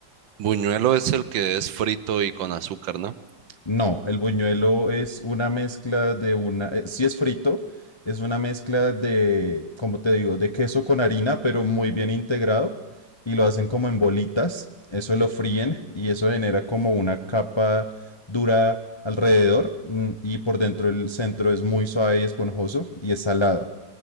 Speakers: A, on the right; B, on the left.
A: Buñuelo es el que es frito y con azúcar, ¿no?
B: No, el buñuelo es una mezcla de una, eh, si es frito, es una mezcla de, como te digo, de queso con harina, pero muy bien integrado y lo hacen como en bolitas. Eso lo fríen y eso genera como una capa dura alrededor mm, y por dentro el centro es muy suave y esponjoso y es salado.